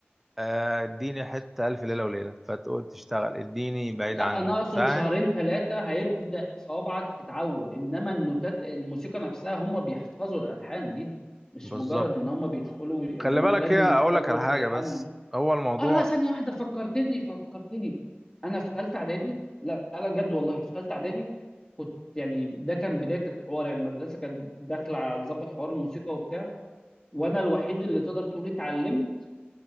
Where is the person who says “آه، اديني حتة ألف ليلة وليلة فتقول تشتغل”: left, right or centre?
Centre